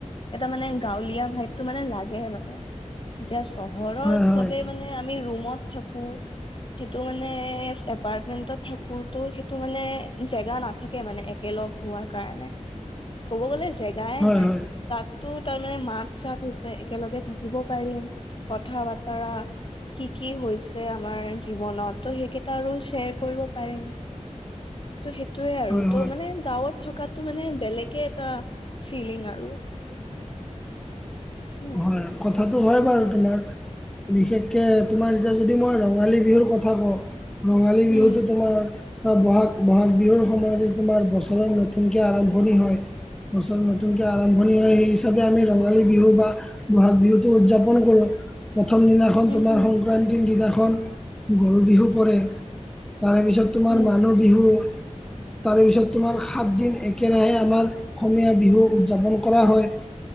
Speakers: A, on the left; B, in the centre.
A: এটা মানে গাঁৱলীয়া ভাইফটো মানে লাগে মানে এতিয়া চহৰত
B: হয় হয়
A: চবে মানে এ আমি ৰুমত থাকোঁ। সেইটো মানে এপাৰ্টমেন্টত থাকোতো সেইটো মানে জেগা নাথাকে মানে। একেলগ হোৱাৰ কাৰণে, ক'ব গ'লে জেগাই নাই
B: হয় হয়
A: তাত টো তাৰ মানে মাত চাত হৈছে একেলগে থাকিব পাৰিম কথা বতৰা কি কি হৈছে আমাৰ জীৱনত ত' সেইকেইটা আৰু শ্বেয়াৰ কৰিব পাৰিম। ত' সেইটোয়ে আৰু
B: হয়
A: ত'
B: হয়
A: মানে গাঁওত থকটো মানে বেলেগে এটা ফিলিং আৰু। উম
B: হয় কথাটো হয়
A: উম
B: বাৰু তোমাৰ বিশেষকে তোমাৰ এতিয়া যদি মই ৰ ঙালী বিহুৰ কথা কওঁ ৰঙালী বিহুতটো
A: উম
B: তোমাৰ বা বহাগ বহাগ বিহুৰ সময়তে তোমাৰ বছৰৰ নতুনকে আৰম্ভণি হয়। বছৰ নতুনকৈ আৰম্ভণি হয় সেই হিচাপে আমি ৰঙালী বিহু বা বহাগ বিহুটো উদযাপন কৰো। প্ৰথম দিনাখন
A: উম
B: তোমাৰ
A: হুম
B: সংক্ৰান্তিৰ দিনাখন গৰু বিহু পৰে তাৰে পিছত তোমাৰ
A: উম
B: মানুহ বিহু, তাৰে পিছত তোমাৰ সাতদিন একেৰাহে আমাৰ অসমীয়া বিহু উদযাপন কৰা হয়।